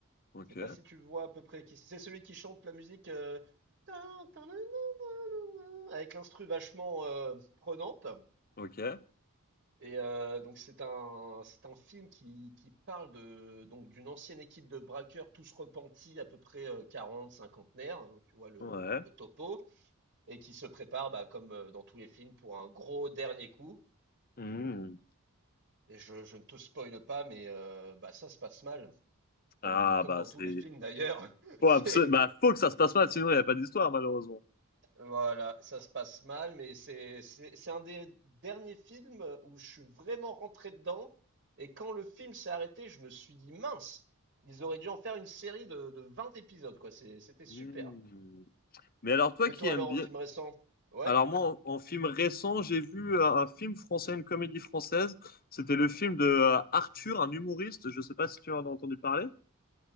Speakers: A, on the left (about 40°); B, on the right (about 50°).
A: Ok,
B: Je sais pas si tu vois à peu près qui c'est. C'est celui qui chante la musique euh, tin, tin, nan, nan, nan, nan, nan, avec l'instru vachement euh, prenante.
A: ok,
B: Et euh, donc c'est un c'est un film qui, qui parle de donc d'une ancienne équipe de braqueurs tous repentis à peu près euh, 40 cinquantenaires, hein, tu vois le,
A: ouais.
B: le topo et qui se prépare bah, comme euh, dans tous les films pour un gros dernier coup
A: Mhm.
B: et je, je ne te spoile pas mais euh, bah ça se passe mal comme
A: Ah,
B: comme
A: bah,
B: dans
A: c'est.
B: tous les films d'ailleurs. <laughs>
A: Faut
B: C'est
A: abso- bah, faut que ça se passe mal, sinon il n'y a pas d'histoire, malheureusement.
B: Voilà, ça se passe mal, mais c'est c'est c'est un des derniers films où je suis vraiment rentré dedans. Et quand le film s'est arrêté, je me suis dit mince, ils auraient dû en faire une série de, de 20 épisodes, quoi. C'est- C'était super.
A: Mhm. Mais alors, toi
B: Et
A: qui
B: toi
A: aimes
B: alors,
A: bien.
B: en film récent? Ouais,
A: Alors, moi, en, en film récent, j'ai vu euh, un film français, une comédie française. C'était le film de euh, Arthur, un humoriste. Je sais pas si tu en as entendu parler.